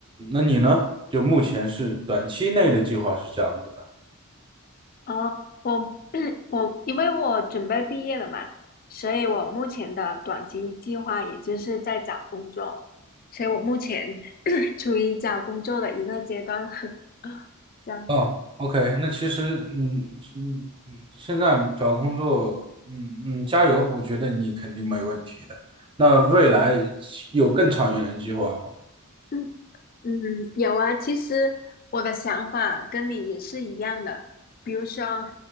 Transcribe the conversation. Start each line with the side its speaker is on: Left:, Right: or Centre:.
Right: 那你呢？就目前是短期内的计划是这样子的。
Left: 啊，我 <clears throat> 我因为我准备毕业了嘛，所以我目前的短期计划也就是在找工作，所以我目前 <coughs> <clears throat> 处于找工作的一个阶段。<laughs> 这样，
Right: 哦，OK，那其实，嗯嗯嗯，现在找工作，嗯嗯，加油，我觉得你肯定没问题的。那未来有更长远的计划吗？
Left: 嗯嗯，有啊。其实我的想法跟你也是一样的，比如说，